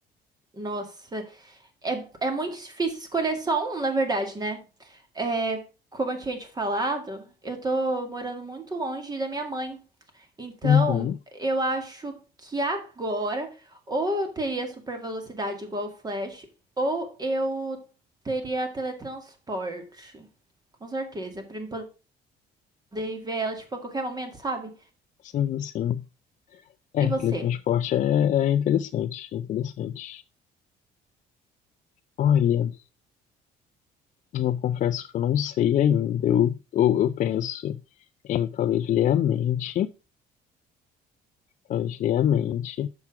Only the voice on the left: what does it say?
Uhum,
sim, sim. É,
teletransporte é, é interessante, é interessante. Olha. Eu confesso que eu não sei ainda. Eu, ou eu penso em talvez ler a mente, talvez ler a mente.